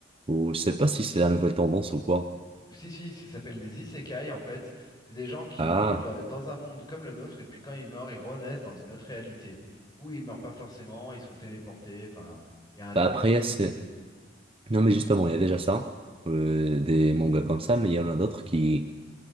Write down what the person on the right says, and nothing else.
ou je sais pas si c'est la nouvelle tendance ou quoi.
Ah,
bah après,
il y a ce- Non, mais justement, il y a déjà ça, euh, des mangas comme ça, mais il y en a d'autres qui